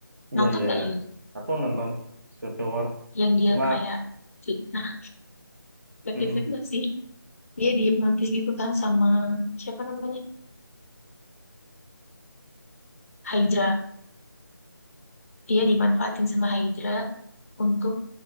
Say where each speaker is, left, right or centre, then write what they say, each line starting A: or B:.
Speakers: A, on the right; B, on the left.
A: iya
B: Nonton
A: iya
B: nggak
A: iya
B: yang itu?
A: aku nonton Civil War
B: Yang dia
A: cuma
B: kayak fitnah. Pakai
A: mm-mm,
B: fitnah sih. Dia dihipnotis gitu kan sama siapa namanya? Hydra. Dia dimanfaatin sama Hydra untuk